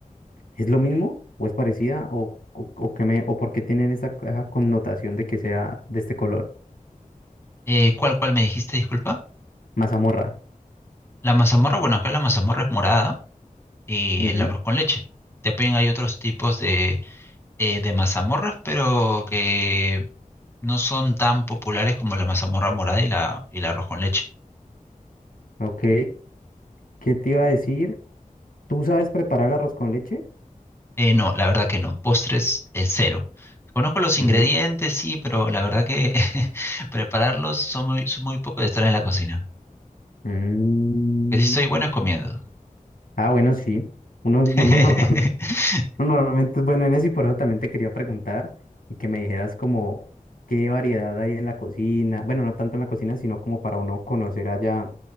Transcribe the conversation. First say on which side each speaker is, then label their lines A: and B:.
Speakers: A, on the left (about 75°); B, on the left (about 15°).
A: ¿es lo mismo o es parecida o, o, o, qué me, o por qué tienen esa, esa connotación de que sea de este color?
B: Eh, ¿cuál, cuál me dijiste, disculpa?
A: Mazamorra.
B: La mazamorra, bueno, acá la mazamorra es morada y
A: Ujú,
B: el arroz con leche. También hay otros tipos de, eh, de mazamorras, pero que no son tan populares como la mazamorra morada y la, y el arroz con leche.
A: Ok. ¿Qué te iba a decir? ¿Tú sabes preparar el arroz con leche?
B: Eh, no, la verdad que no. Postres, eh, cero. Conozco los ingredientes,
A: ujú.
B: sí, pero la verdad que <laughs> prepararlos son muy, son muy poco de estar en la cocina.
A: Mm,
B: Lo que sí soy bueno es comiendo.
A: Ah, bueno, sí. Uno, uno
B: <laughs>
A: normal- <laughs> uno normalmente es bueno en eso y por eso también te quería preguntar y que me dijeras como qué variedad hay en la cocina. Bueno, no tanto en la cocina, sino como para uno conocer allá